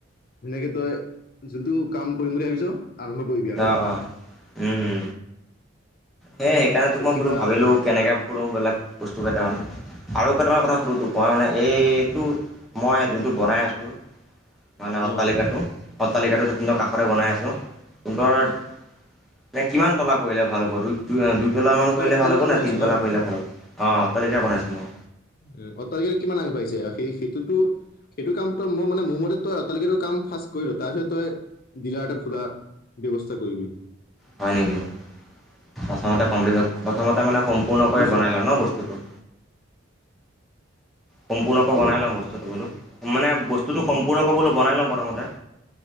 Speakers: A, on the left; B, in the centre.
A: ধুনীয়াকে তই যোনটো কাম কৰিম বুলি ভাবিছ আৰম্ভ কৰিবি আৰু।
B: আহ, অ', উম, উ সেই সেইকাৰণেতো
A: তই
B: মই
A: কিবা
B: বোলো ভাবিলোঁ কেনেকৈ ফুৰোঁ ববিলাক বস্তু কেইটামান আৰু কেইটামান কথা সুধো তোক। মই মানে এইটো মই যোনটো বনাই আছোঁ মানে অট্টালিকাটো,
A: অ',
B: অট্টালিকাটোৰ
A: অ',
B: কাষৰে বনাই আছোঁ। <unintelligible> নে কিমান তলা কৰিলে ভাল হ'ব। দুই দুই দুই তলা মান
A: তই
B: কৰিলে
A: অট্টালিকাও
B: ভাল হ'ব নে,
A: বনাইছ
B: তিনতলা
A: ন?
B: কৰিলে ভাল হ'ব। অহ, অট্টালিকা বনাইছোঁ মই।
A: এই অট্টালিকাটো কিমান আগবাঢ়িছে। সেই সেইটোতো সেইটো কাম তই, মই মানে মোৰ মতে তই অট্টালিকাটোৰ কাম ফাৰ্ষ্ট কৰিল। তাৰপিছত তই ডিলাৰ এটা খোলা ব্যৱস্থা কৰিবি।
B: হয় নেকি? প্ৰথমতে কমপ্লিট হক। প্ৰথমতে মানে সম্পূৰ্ণকৈ
A: বুজিছ
B: বনাই ল'ম ন বস্তুটো। সম্পূৰ্ণকৈ
A: হেল্ল'
B: বনাই লম বস্তুটো বোলো। মানে বস্তুটো
A: উম,
B: সম্পূৰ্ণকে বোলো বনাই লম প্ৰথমতে।